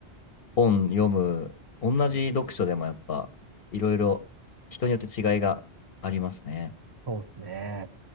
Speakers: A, on the left (about 55°); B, on the right (about 25°).
A: 本読む、同じ読書でもやっぱいろいろ人によって違いがありますね。
B: そうですね。